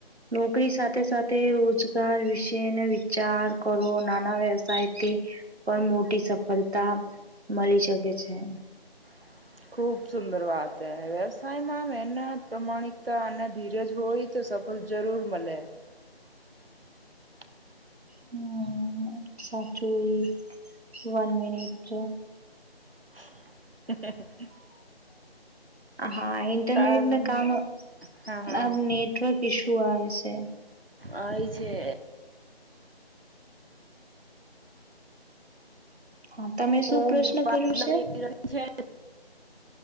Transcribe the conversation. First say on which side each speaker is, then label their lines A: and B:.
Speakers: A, on the right; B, on the right.
A: નોકરી સાથે સાથે રોજગાર વિશે ઉચાર કરો નાના વ્યવસાયથી પણ મોટી સફળતા મળી શકે છે એમ
B: <inaudible> ખુબ સુંદર વાત હે વ્યવસાયમાં મહેનત પ્રમાણિકતા અને ધીરજ હોય તો સફલતા જરૂર મળે. <inaudible>
A: હમ સાચું એક વન મિનિટ
B: <unintelligible>
A: હા ઇન્ટરનેટને
B: કારણ
A: કામો
B: હા હા
A: આમ નેટવર્ક ઈશુ આવે છે.
B: આઇ છે.
A: હા તમે શું
B: ઓ
A: પ્રશ્ન
B: મતલબ
A: કર્યું છે?
B: એવી છે